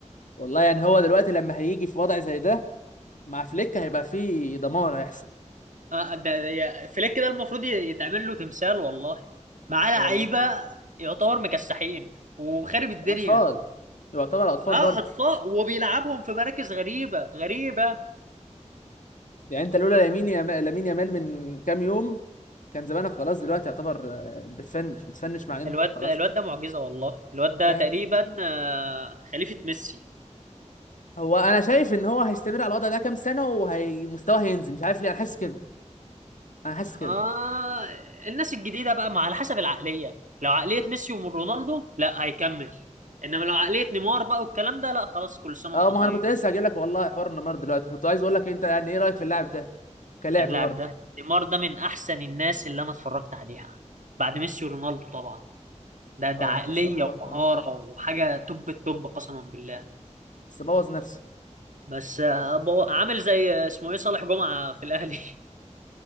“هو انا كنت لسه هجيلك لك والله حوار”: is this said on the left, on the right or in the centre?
Left